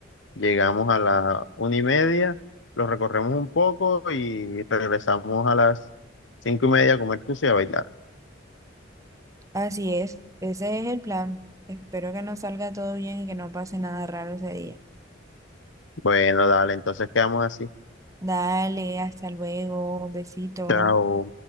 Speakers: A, on the left; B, on the right.
A: Llegamos a la una y media, lo recorremos un poco y regresamos a las cinco y media a comer tucia y a bailar.
B: Así es, ese es el plan. Espero que nos salga todo bien y que no pase nada raro ese día.
A: Bueno, dale, entonces quedamos así.
B: Dale, hasta luego, besito.
A: Chao.